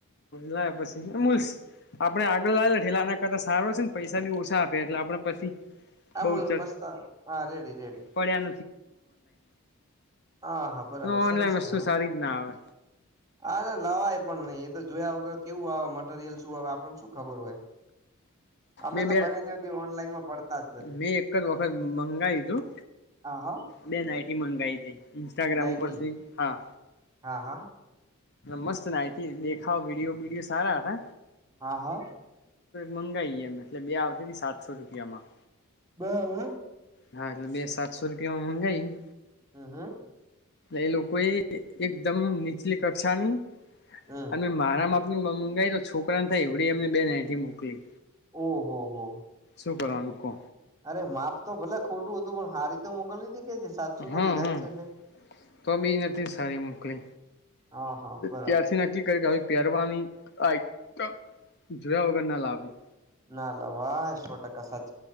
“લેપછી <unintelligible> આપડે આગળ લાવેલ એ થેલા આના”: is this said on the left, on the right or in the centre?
Left